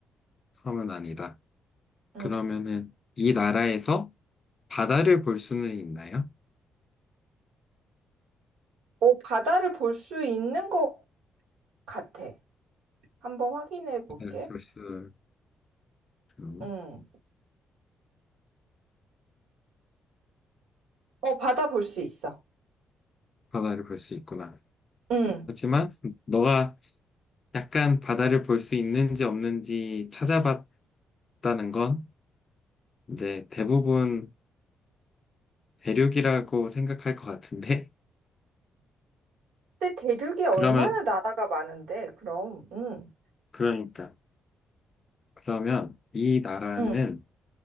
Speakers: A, on the left; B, on the right.
A: 섬은 아니다.
B: 응.
A: 그러면은 이 나라에서 바다를 볼 수는 있나요?
B: 어, 바다를 볼 수 있는 것 같아. 한번 확인해 볼게.
A: 바다를 볼 수, 음,
B: 응. 어, 바다 볼 수 있어.
A: 바다를 볼 수 있구나.
B: 응.
A: 하지만 너가 약간 바다를 볼 수 있는지 없는지 찾아봤다는 건 이제 대부분 대륙이라고 생각할 것 같은데
B: 근데 대륙이 얼마나
A: 그러면
B: 나라가 많은데, 그럼. 응.
A: 그러니까 그러면 이 나라는
B: 응.